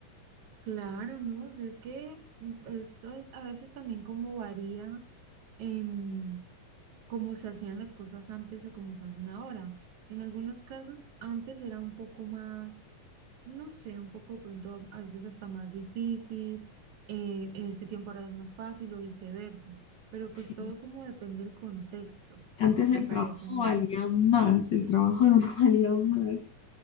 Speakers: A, on the right (about 80°); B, on the left (about 55°).
A: claro, ¿no? O sea, es que mm, esto es- a veces también como varía em, cómo se hacían las cosas antes o cómo se hacen ahora. En algunos casos antes era un poco más no sé, un poco pronto a veces hasta más difícil, eh, en este tiempo ahora es más fácil o viceversa, pero pues
B: Sí,
A: todo como depende del contexto,
B: antes
A: me
B: el
A: parece
B: trabajo
A: a mí.
B: valía más, el trabajo no <laughs> valía más.